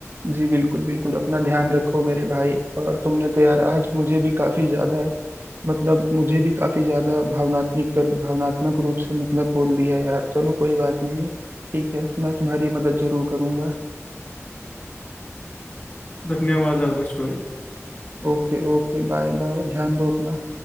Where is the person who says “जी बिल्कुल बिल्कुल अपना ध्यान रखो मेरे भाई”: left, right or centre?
Right